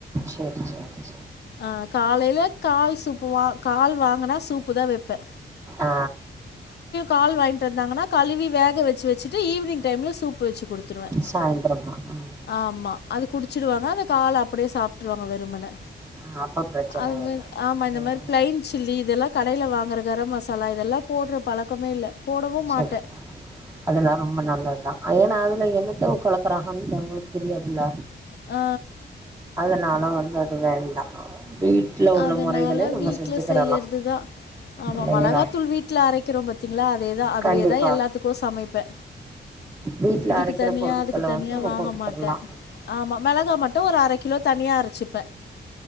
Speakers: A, on the right (about 15°); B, on the left (about 70°).
A: சரி சரி
B: ஆ காலைல கால் சூப்பு வா கால் வாங்கனா சூப்பு தா வப்பே
A: ஆ
B: கால் வாங்கிட்டு வந்தாங்கன்னா கழுவி வேக வச்சு வச்சுட்டு ஈவினிங் டைம்ல சூப்பு வச்சு குடுத்துருவே
A: சாய்ந்தரமா ம்
B: ஆமா அது குடிச்சிரு வாங் க அத கால் அப்டியே சாப்ட்டுருவாங்க வெறுமனே
A: ஆ அப்ப பிரச்சன
B: அது
A: இல்ல
B: ஆமா இத
A: ம்
B: மாரி பிளைன் சில்லி இதெல்லா கடையில வாங்குற கரம் மசாலா இதெல்லா போடுற பழக்கமே இல்ல போடவும் மாட்டே
A: சரி அதெல்லா ரொம்ப நல்லதுதா ஏன்னா அதுல என்னத்த கலக்குறாகன்னு நம்மளுக்கு தெரியாதுல
B: ஆ
A: அதனாலு வந்து அது வேண்டா வீட்ல உள்ள
B: அதனால
A: முறைகளே நம்ம
B: வீட்டுல
A: செஞ்சுக்கிறலா
B: செய்யறதுதா ஆமா
A: இல்லைங்களா
B: மிளகாத்தூள் வீட்டுல அரைக்கிறோ பத் திங்களா அதேதா அதுவேதா
A: கண்டிப்பா
B: எல்லாத்துக்கு சமைப்பே
A: வீட்ல
B: இதுக்கு
A: அரைக்கிற
B: தனியா
A: பொருட்கள
B: அதுக்கு தனியா
A: வந்து நம்ம
B: வாங்க
A: போட்டுக்கிடலா
B: மாட்ட ஆமா மெளகா மட்டு ஒரு அரை கிலோ தனியா அரச்சிப்பே